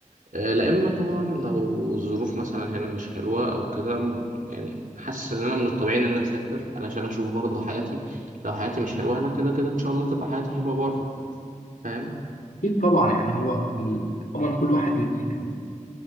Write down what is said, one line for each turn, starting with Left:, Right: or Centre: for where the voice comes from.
Right: لا اما طبعا لو الظروف مثلا هنا مش حلوه او كده م- يعني حاسس ان انا من الطبيعي ان انا اسافر علشان اشوف برضه حياتي لو حياتي مش حلوه هنا كده كده ان شاء الله تبقى حياتي حلوه بره فاهم
Left: اكيد طبعا يعني هو ال- طبعا كل واحد ل- يعني